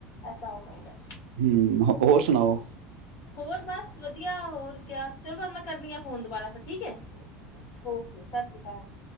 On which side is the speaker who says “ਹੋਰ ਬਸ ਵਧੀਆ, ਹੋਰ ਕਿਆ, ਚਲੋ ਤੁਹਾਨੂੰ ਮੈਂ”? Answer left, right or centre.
Left